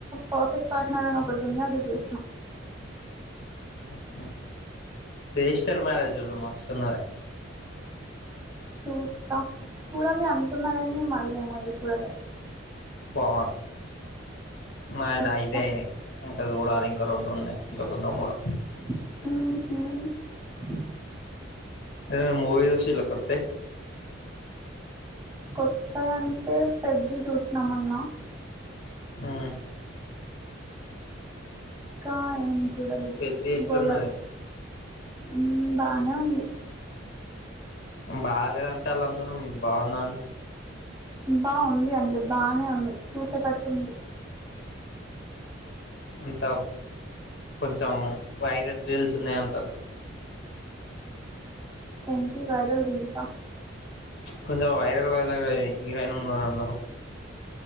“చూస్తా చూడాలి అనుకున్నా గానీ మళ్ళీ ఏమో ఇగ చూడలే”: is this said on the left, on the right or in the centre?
Right